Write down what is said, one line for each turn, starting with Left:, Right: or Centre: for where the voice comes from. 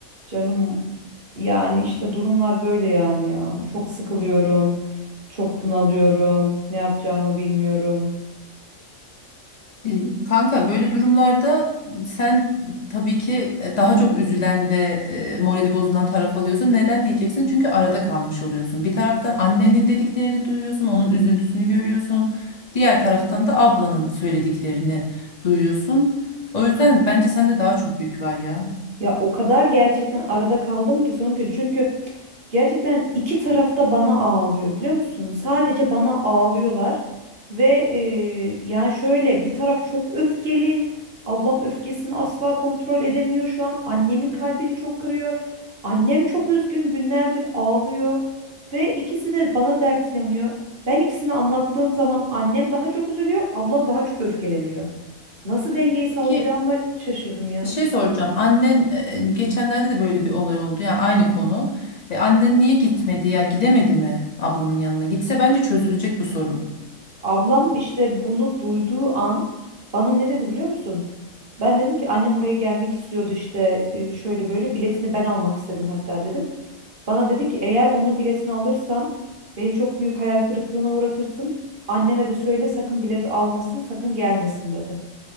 Right: Canım yani işte durumlar böyle yani ya. Çok sıkılıyorum. Çok bunalıyorum. Ne yapacağımı bilmiyorum.
Left: E, Kanka böyle durumlarda sen tabii ki e, daha çok üzülen ve e, morali bozulan taraf alıyorsun. Neden diyeceksin? Çünkü arada kalmış oluyorsun. Bir taraftan annenin dediklerini duyuyorsun, onun üzüntüsünü görüyorsun. Diğer taraftan da ablanın söylediklerini duyuyorsun. O yüzden bence sende daha çok yük var ya.
Right: Ya o kadar gerçekten arada kaldım ki son gün. Çünkü Gerçekten iki tarafta bana ağlıyor biliyor musun? Sadece bana ağlıyorlar ve e, yani şöyle bir taraf çok öfkeli. Ablam öfkesini asla kontrol edemiyor şu an. Annemin kalbini çok kırıyor. Annem çok üzgün günlerdir ağlıyor ve ikisi de bana dert yanıyor. Ben ikisini anlattığım zaman annem daha çok üzülüyor, ablam daha çok öfkeleniyor. Nasıl dengeyi sağlayacağımı
Left: Peki
Right: şaşırdım ya.
Left: bir şey soracağım. Annen e, geçenlerde de böyle bir olay oldu. Yani aynı konu. E, annen niye gitmedi ya? Gidemedi mi ablanın yanına? Gitse bence çözülecek bu sorun.
Right: Ablam işte bunu duyduğu an bana ne dedi biliyor musun? Ben dedim ki annem oraya gelmek istiyordu işte e, şöyle böyle biletini ben almak istedim hatta dedim. Bana dedi ki eğer onun biletini alırsan beni çok büyük hayal kırıklığına uğratırsın. Anneme de söyle sakın bilet almasın, sakın gelmesin dedi.